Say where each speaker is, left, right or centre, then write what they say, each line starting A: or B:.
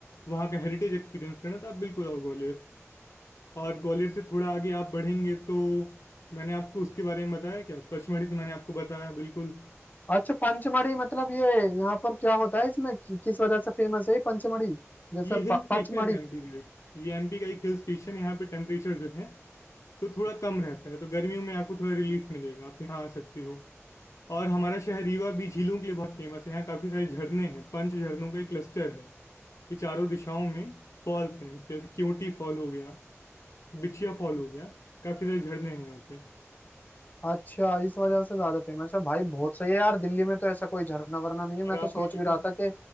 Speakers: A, on the left (about 75°); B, on the left (about 35°).
A: वहाँ का हेरिटेज एक्सपीरियंस करना है, तो आप बिल्कुल आओ ग्वालियर और ग्वालियर से थोड़ा आगे आप बढ़ेंगे तो मैंने आपको उसके बारे में बताया क्या पचमढ़ी तो मैंने आपको बताया बिल्कुल
B: अच्छा पंचमढ़ी मतलब ये यहाँ पर क्या होता है इसमें कि, किस वजह से फेमस है ये पंचमढ़ी जैसे
A: ये
B: प,
A: हिल स्टेशन
B: पचमढ़ी
A: है एमपी का एक ये एमपी का एक हिल स्टेशन है यहाँ पे टेम्परेचर जो है तो थोड़ा कम रहता है तो गर्मियों में आपको थोड़ा रिलीफ मिलेगा आप यहाँ आ सकते हो और हमारा शहर रीवा भी झीलों के लिए बहुत फेमस है यहाँ काफी सारे झरने हैं पंच झरनों का एक क्लस्टर है कि चारों दिशाओं में फॉल्स हैं जैसे क्योटी फॉल हो गया बिछिया फॉल हो गया काफी सारे झरने हैं यहाँ पे
B: अच्छा इस वजह से ज्यादा फेमस है भाई बहुत सही है यार दिल्ली में तो ऐसा कोई झरना वरना नहीं है
A: और
B: मैं
A: आपने
B: तो सोच भी रहा था कि